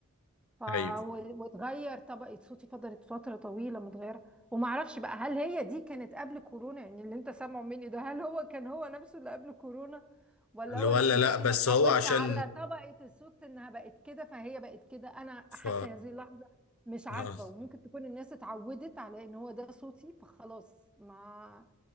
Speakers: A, in the centre; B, on the left.
A: ف
B: أيوه
A: و- واتغير طبقة صوتي فضلت فترة طويلة متغيرة وما اعرفش بقى هل هي دي كانت قبل كورونا يعني اللي انت سامعه مني ده هل هو كان هو نفسه اللي قبل كورونا ولا
B: اللي
A: هو
B: ولا
A: انا من
B: لا
A: كتر
B: بس
A: ما اتعودت
B: هو عشان
A: على طبقة الصوت انها بقت كده فهي بقت كده انا
B: ف
A: حتى هذه اللحظة مش عارفة
B: آه.
A: وممكن تكون الناس اتعودت على ان هو ده صوتي فخلاص ما